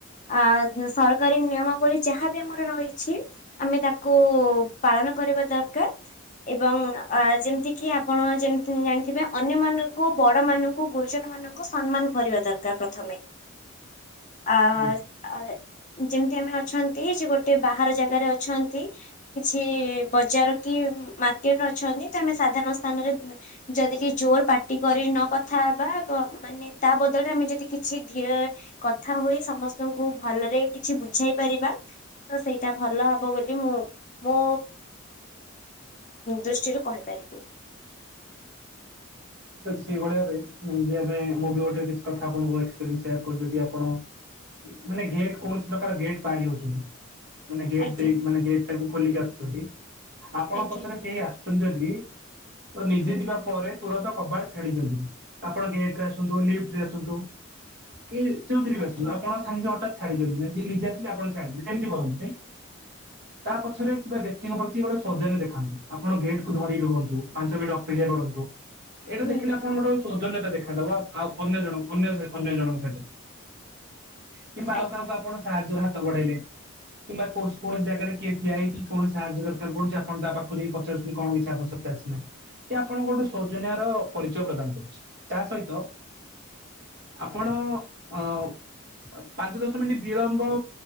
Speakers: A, on the left; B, on the right.
A: ଆ ସର ସରକାରୀ ନିୟମାବଳୀ ଯାହାବି ଆମର ରହିଛି। ଆମେ ତାକୁ ପାଳନ କରିବା ଦରକାର ଏବଂ ଆ ଯେମିତି କିି ଆପଣ ଯେମତି ଜାଣିଥିବେ? ଅନ୍ୟମାନଙ୍କୁ ବଡ ମାନଙ୍କୁ ଗୁରୁଜନ ମାନଙ୍କୁ ସମ୍ମାନ କରିବା ଦରକାର ପ୍ରଥମେ। ଆ
B: ଠିକ
A: ଆ ଯେମିତି ଆମେ ଅଛନ୍ତି ଯେ ଗୋଟେ ବାହାର ଜାଗାରେ ଅଛନ୍ତି। କିଛି ବଜାର କି ମାର୍କେଟରେ ଅଛନ୍ତି, ତ ଆମେ ସାଧାରଣ ସ୍ଥାନରେ ଯଦି କି ଜୋର ପାଟି କରି ନ କଥା ହେବା, ମାନେ ତା ବଦଳରେ ଆମେ ଯଦି କିଛି ଧୀର କଥା ହୁଏ ସମସ୍ତଙ୍କୁ ଭଲରେ। କିଛି ବୁଝାଇ ପାରିବା। ତ ସେଇଟା ଭଲ ହବ ବୋଲି ମୁଁ ମୋ ଦୃଷ୍ଟିରୁ କହିପାରିବି।
B: ଠିକ ଅଛି। ସେଇଭଳିଆ ଏବେ ମୁଁ ବି ଗୋଟେ କିଛି କଥା ଆପଣ ଙ୍କୁ ଏକ୍ସପେରିଏନସ ସେୟାର କରୁଛି। ଯଦି ଆପଣ ମାନେ ଗେଟ କୌଣସି ପ୍ରକାର ଗେଟ ପାରିଉଛନ୍ତି? ମାନେ ଗେଟ୍
A: ଆଜ୍ଞା
B: ମାନେ ଗେଟ ଟା କୁ। ଖୋଲିକି ଆସୁଛନ୍ତି? ଆପଣ
A: ଆଜ୍ଞା
B: ପଛରେ କେହି ଆସୁଛନ୍ତି ଯଦି? ଯଦି? ତ ନିଜେ
A: ହୁଁ
B: ଯିବା ପରେ, ତୁରନ୍ତ କବାଟ ଛାଡିଛନ୍ତି। ଆପଣ ଗଟରେ ଆସନ୍ତୁ ଲିଫ୍ଟ ରେ ଆସନ୍ତୁ? କି ଯୋଉଥିରେ ବି
A: ଆଜ୍ଞା
B: ଆସନ୍ତୁ? ଆପଣ ସାଙ୍ଗେ ସାଙ୍ଗେ ହଠାତ୍। ଛାଡି ଦିଅନ୍ତୁ ନିଜେ ଆସିଲେ ଆପଣ <unintelligible> ଛାଡିବେ ସେମିତି କରନ୍ତିନି? ତା ପଛରେ ଥିବା ବ୍ୟକ୍ତି ଙ୍କ ପ୍ରତି ଗୋଟେ ସୌଜନ୍ୟ ଦେଖାନ୍ତୁ ଆପଣ ଗେଟ୍ କୁ ଧରି ରୁହନ୍ତୁ ପାଞ୍ଚ ମିନିଟ୍ ଅପେକ୍ଷା କରନ୍ତୁ। ଏଇଟା
A: ହୁଁ
B: ଦେଖିଲି ଆପଣଙ୍କ ର ସୌଜନ୍ୟତା ଦେଖେ ଦେଖାଦବ ଆଉ ଅନ୍ୟ ଜଣକୁ ଅନ୍ୟ ସହ ଅନ୍ୟ ଜଣଙ୍କ ସହିତ। କିମ୍ବା
A: ଆଜ୍ଞା
B: ଆଉ କାହାକୁ ଆପଣ ସାହାଯ୍ୟ ବଢେଇଲେ କିମ୍ବା କୌସ କୌଣସି ଜାଗାରେ କିଏ ଠିଆ ହେଇଛି କୌଣସି ସାହାଯ୍ୟ ଦରକାର ପଡୁଛି ଆପଣ ତା ପାଖକୁ ଯାଇ ପଚାରୁଛନ୍ତି କଣ କିଛି ଆବଶ୍ୟକତା ଅଛି ନାହିଁ ଆପଣଙ୍କ ଗୋଟେ ସୌଜନ୍ୟ। ତାର ପରିଚୟ ପ୍ରଦାନ କରୁଛି ତା ସହିତ ଆପଣ-ଅ-ଅ ଅ ପାଞ୍ଚ ଦଶ ମିନିଟ ବିଳମ୍ବ-ମ୍ବ